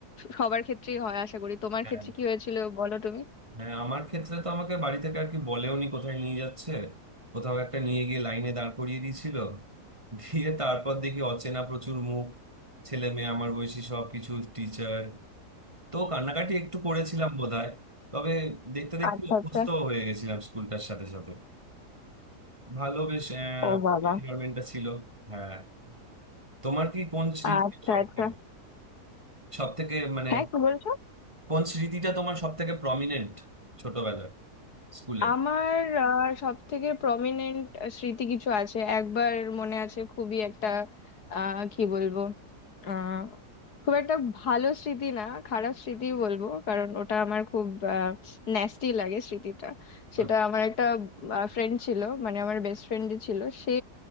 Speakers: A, on the left (about 70°); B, on the right (about 20°).
A: সবার ক্ষেত্রেই হয় আশা করি তোমার
B: হ্যাঁ।
A: ক্ষেত্রে কি হয়েছিল বলো তুমি
B: হ্যাঁ আমার ক্ষেত্রে তো আমাকে বাড়ি থেকে আর কি বলেওনি কোথায় নিয়ে যাচ্ছে কোথাও একটা নিয়ে গিয়ে লাইনে দাঁড় করিয়ে দিয়েছিল দিয়ে তারপর দেখি অচেনা প্রচুর মুখ ছেলে মেয়ে আমার বয়সী সব কিছু টিচার তো কান্নাকাটি একটু করেছিলাম বোধহয় তবে দেখতে দেখতে
A: আচ্ছা
B: অভ্যস্ত
A: আচ্ছা
B: হয়ে গেছিলাম স্কুলটার সাথে সাথে ভালো বেশ এনভায়রনমেন্টটা
A: ও বাবা
B: ছিল হ্যাঁ তোমার কি কোন স্মৃতি
A: আচ্ছা
B: সব
A: আচ্ছা
B: থেকে সব থেকে মানে
A: হ্যাঁ কি বলছো
B: কোন স্মৃতিটা তোমার সব থেকে প্রমিনেন্ট ছোটবেলায় স্কুলে
A: আমার সব থেকে প্রমিনেন্ট স্মৃতি কিছু আছে একবার মনে আছে খুবই একটা আহ কি বলবো আহ খুব একটা ভালো স্মৃতি না খারাপ স্মৃতি বলবো কারণ ওটা আমার খুব ন্যাস্টি লাগে স্মৃতিটা সেটা
B: আচ্ছা
A: আমার একটা ফ্রেন্ড ছিল মানে আমার বেস্ট ফ্রেন্ড ছিল সে